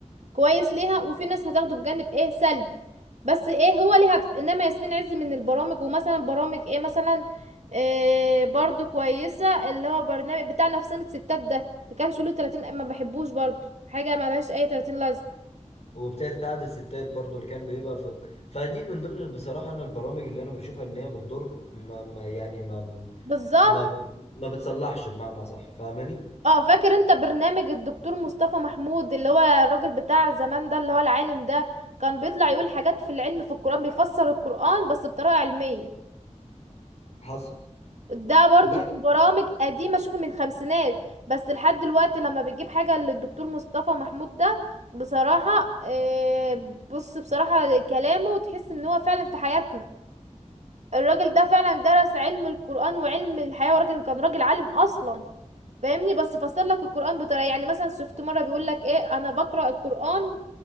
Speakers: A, on the right; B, on the left.
A: كويس ليها وفي ناس هتاخده بجانب ايه سلبي بس ايه هو ليه هدف انما ياسمين عز من البرامج ومثلا برامج ايه مثلا إيه برضو كويسة اللي هو برنامج بتاع نفسانة ستات ده ما كانش له 30 ما بحبوش برضو حاجة ملهاش اي 30 لازمة
B: وبتاعت قعدة ستات برضو اللي كان بيبقى في فدي من ضمن بصراحة انا البرامج اللي انا بشوفها ان هي بتضر ما... ما يعني ما
A: بالظبط
B: ما ب... ما بتصلحش بمعنى صح فاهماني
A: اه فاكر انت برنامج الدكتور مصطفى محمود اللي هو الراجل بتاع زمان ده اللي هو العالم ده كان بيطلع يقول حاجات في العلم في القرآن بيفسر القرآن بس بطريقة علمية
B: حصل
A: ده برضو
B: لا
A: من برامج قديمة شوفي من خمسينات بس لحد دلوقتي لما بتجيب حاجة للدكتور مصطفى محمود ده بصراحة آه، بص بصراحة كلامه تحس ان هو فعلا في حياتنا الراجل ده فعلا درس علم القرآن وعلم الحياة وراجل كان راجل عالم اصلا فاهمني بس فسر لك القرآن بطريقة يعني مثلا شفت مرة بيقول لك ايه انا بقرأ القرآن